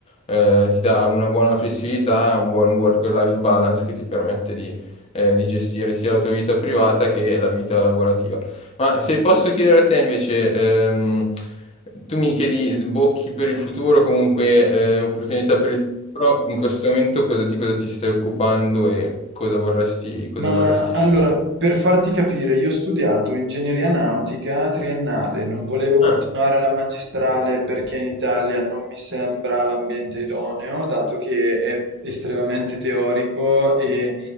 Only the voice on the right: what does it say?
Ma
allora,
per farti capire, io ho studiato ingegneria nautica triennale, non volevo continuare
la magistrale perché in Italia non mi sembra l'ambiente idoneo, dato che è estremamente teorico e